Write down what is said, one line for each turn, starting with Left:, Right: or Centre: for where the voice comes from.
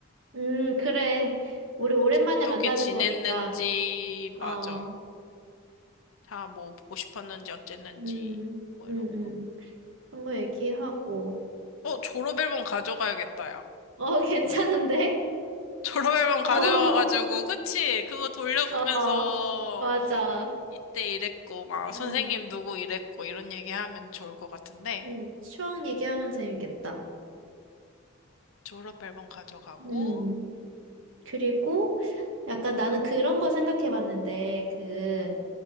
Right: 음, 그래. 우리 오랜만에
Left: 그치, 어떻게
Right: 만나는
Left: 지냈는지
Right: 거니까. 어,
Left: 맞아 다 뭐 보고 싶었는지 어쨌는지
Right: 음,
Left: 뭐
Right: 음,
Left: 이런
Right: 음.
Left: 거.
Right: 그런 거 얘기하고.
Left: 어 졸업앨범 가져가야겠다 야.
Right: 어, <laughs> 괜찮은데?
Left: <laughs> 졸업앨범
Right: 어,
Left: 가져가가지고
Right: 어,
Left: 그치 그거 돌려보면서
Right: 어, 맞아.
Left: 이때 이랬고 막
Right: 음,
Left: 선생님 누구 이랬고 이런 얘기하면 좋을 것 같은데
Right: 음. 추억 얘기하면 재밌겠다.
Left: 졸업앨범 가져가고
Right: 음. 그리고 약간 나는 그런 거 생각해 봤는데, 그